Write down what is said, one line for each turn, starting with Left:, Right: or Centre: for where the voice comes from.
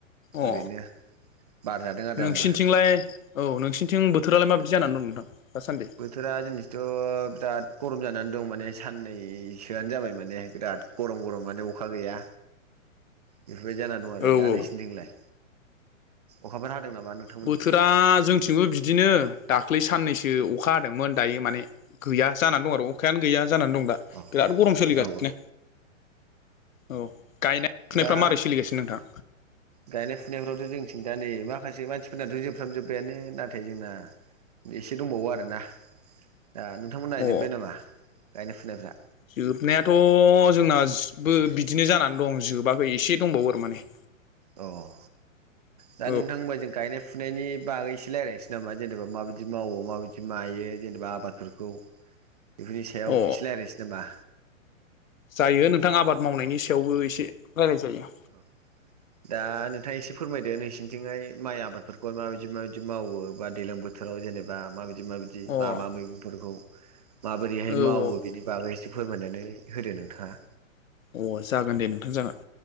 Left: अ
Right: ओरैनो बार जादों आरो
Left: नोंसिनिथिंलाय
Right: आंबो
Left: औ नोंसिनिथिं बोथोरालाय माबायदि जानानै दं नोंथां दासान्दे?
Right: बोथोरा दिनैथ बिराद गरम जानानै दं माने साननैसोआनो जाबाय माने बिराद गरम गरम माने अखा गैया बेफोरबायदि जानानै दं आरो
Left: औ
Right: नोंनिथिंलाय
Left: औ
Right: अखाफोर हादों नामा नों
Left: बोथोरा जोंथिंबो बिदिनो दाख्लै साननैसो अखा हादोंमोन दायो माने गैया जानानै दं आरो अखायानो गैया जानानै दं दा।
Right: अ
Left: बिराद गरम सोलिगासिनो
Right: औ
Left: औ गायनाय फुनायफ्रा
Right: दा
Left: मारै सोलिगासिनो नोंथां
Right: गायनाय फुनायफ्रावथ जोंथिं दा नै माखासे मानसिफोरनाथ जोबफ्रामजोब्बायानो नाथाय जोंना एसे दंबावो आरोना दा नोंथांमोन नायजोब्बाय
Left: अ
Right: नामा गायनाय फुनायफ्रा?
Left: जोबनायाथ जोंनाबो बिदिनो जानानै दं जोबाखै एसे दंबावो आरो माने
Right: अ औ दा
Left: औ
Right: नोंथां होनबा जों गायनाय फुनायनि बागै एसे रायज्लायनोसै नामा जेनेबा माबदि मावो माबायदि मायो जेनेबा आबाद फोरखौ बेफोरनि सायाव
Left: अ
Right: एसे रायज्लायनोसै नामा।
Left: जायो नोंथां आबाद मावनायनि सायावबो एसे रायलाय जायो।
Right: औ दा नोंथाङा एसे फोरमायदो नोंसिनिथिंहाय माइ आबादफोरखौ माबायदि माबायदि मावो बा दैजलां बो थोराव जेनेबा माबायदि माबायदि
Left: अ औ
Right: मा मा मैगंफोरखौ माबोरैहाय
Left: औ
Right: मावो। बिनि बागै एसे फोरमायनानै होदो नोंथाङा।
Left: अ जागोन दे नोंथां जागोन।